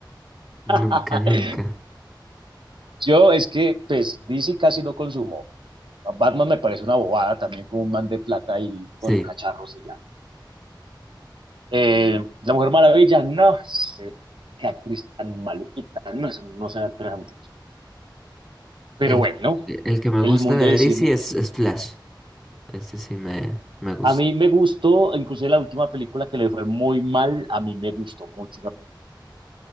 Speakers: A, in the centre; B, on the right.
A: Nunca,
B: <laughs>
A: nunca.
B: Yo es que, pues, DC casi no consumo. A Batman me parece una bobada también, como un man de plata y
A: Sí.
B: con cacharros y ya. Eh, La Mujer Maravilla, no sé qué actriz tan maluquita, no, sé, no sé actuar esa muchacha. Pero
A: El,
B: bueno,
A: el que me
B: el
A: gusta
B: mundo
A: de
B: del
A: DC
B: cine.
A: es, es Flash. Ese sí me, me gusta.
B: A mí me gustó, inclusive la última película que le fue muy mal, a mí me gustó mucho la película.